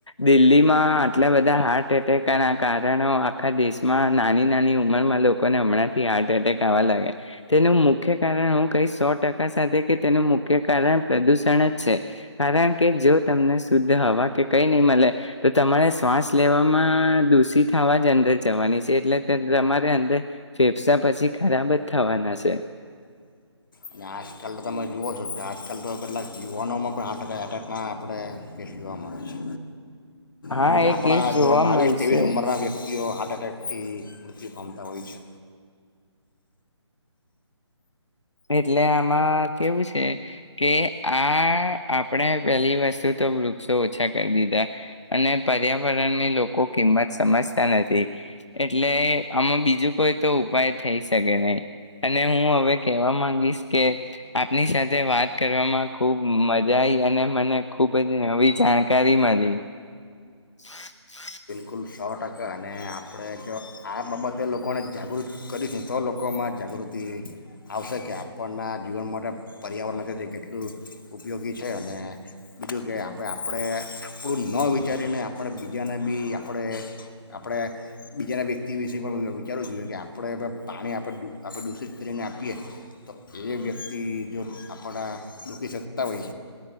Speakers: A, on the left; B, on the left.
A: દિલ્હીમાં આટલા બધા હાર્ટ એટેક ના કારણો આખા દેશમાં નાની નાની ઉંમરમાં લોકોને હમણાંથી હાર્ટ એટેક આવવા લાગ્યા તેનું મુખ્ય કારણ હું કઈ સો ટકા સાથે કે તેનું કે કારણ પ્રદૂષણ જ છે, કારણ કે જો તમને શુદ્ધ હવા કે કઈ નહીં મળે તો તમારે શ્વાસ લેવામાં દૂષિત થવા જ અંદર જવાની છે એટલે તમારે અંદર ફેફસા પછી ખરાબ જ થવાના છે.
B: અને આજકાલ તો તમે જોુઓ છો છ આજકાલ તો કેટલાક યુવાનોમાં પણ હાર્ટ એટેકના આપણે કેસ જોવા મળે છે.
A: હા
B: કેમ કે
A: એ
B: આપણા
A: કેસ જોવા
B: જેવા બાવીસ
A: મળશે
B: ત્રેવીસ ઉંમરના વ્યક્તિ કેઓ હાર્ટ અટકટીથી મૃત્યુ ક્મતા હોય છે.
A: એટલે આમાં કેવું છે. કે આ આપણે પેલી વસ્તુ તો વૃક્ષો ઓછા કરી દીધા અને પર્યાવરણની લોકો કિંમત સમજતા નથી, એટલે આમાં બીજું કોઈ તો ઉપાય થઈ શકે નહી અને હું હવે કેવા માંગીશ કે આપની સાથે વાત કરવામાં ખુબ મજા આવીઈ અને મને ખુબ જ નવી જાણકારી મળી. <unintelligible>
B: કુલ સો ટકા અને આપણે જો આ બાબતે લોકોને જાગૃત કરીશું તો લોકોમાં જાગૃતિ આવશે કે આપણના જીવન માટે પર્યાવરણ તે કેટલું ઉપયોગી છે, અને બીજું કે આપણે આપણે આપણું ન વિચારીને આપણે બીજાને બી આપણે આપણે બીજાના વ્યક્તિ વિશે પણ વિચારવું જોઈએ કે આપણે પાણી આપણે આપણે દૂષિત કરીને આપીએ તો એ વ્યક્તિ જો આપણા દુખી શકતા હોય